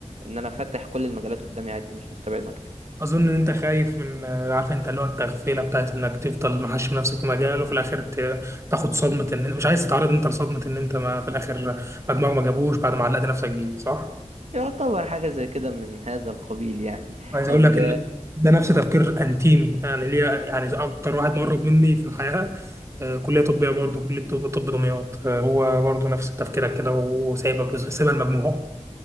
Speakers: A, on the right; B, on the right.
A: ان انا فاتح كل المجالات قدامي عادي مش مستبعد مجال
B: اظن ان انت خايف من آه، عارف انت اللي هو التغفيله بتاعت انك تفضل محشي نفسك في مجال وفي الاخر ت- تاخد صدمه ان مش عايز تتعرض انت لصدمه ان انت ما في الاخر مجموعك ما جابوش بعد ما علقت نفسك بيه صح؟
A: يعتبر حاجه زي كده من هذا القبيل يعني
B: عايز اقول
A: طب
B: لك ان ده نفس تفكير انتيمي يعني ليا يعني اكتر واحد مقرب مني في الحياه آه، كليه طبيه برضه كليه طب طب دمياط آه، هو برضه نفس تفكيرك كده وسايبك سايبها المجموع